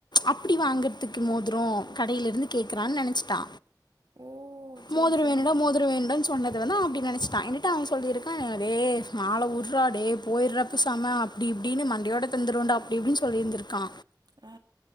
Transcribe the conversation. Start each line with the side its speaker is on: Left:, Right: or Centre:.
Left: அப்டி வாங்கறதுக்கு மோதுரோ கடையில இருந்து கேக்றான்னு நெனைச்சிட்டா
Right: ஓ சரி
Left: மோதுரோ
Right: சரி
Left: வேணுன்டா மோதுரோ வேணுன்டா சொன்னது நா அப்டி நெனைச்சிட்டா என்கிட்ட அவெ சொல்லி இருக்கா டே மால உர்டா டே போய்ட்றா பேசாம இப்டி இப்டின்னு மண்டயோட தந்துருவேண்டா அப்டி இப்டின் சொல்லியிருந்துருக்கா
Right: அ